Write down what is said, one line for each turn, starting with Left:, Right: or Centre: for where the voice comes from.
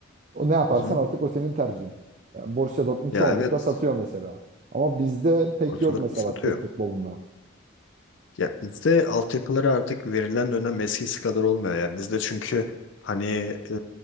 Right: O ne yaparsan
Left: hı hı.
Right: artık o senin tercihin. Yani Borussia Dortmund
Left: Ya
Right: çoğunlukla
Left: evet.
Right: satıyor mesela. Ama bizde pek
Left: Ortalarını
Right: yok mesela
Left: satıyor.
Right: bak Türk futbolunda.
Left: Ya bizde altyapılara artık verilen önem eskisi kadar olmuyor ya. Bizde çünkü hani e,